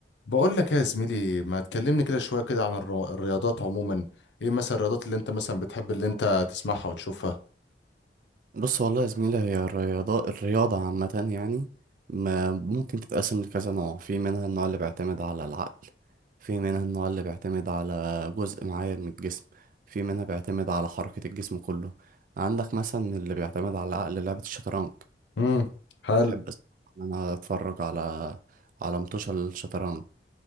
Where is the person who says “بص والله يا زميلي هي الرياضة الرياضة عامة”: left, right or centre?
Right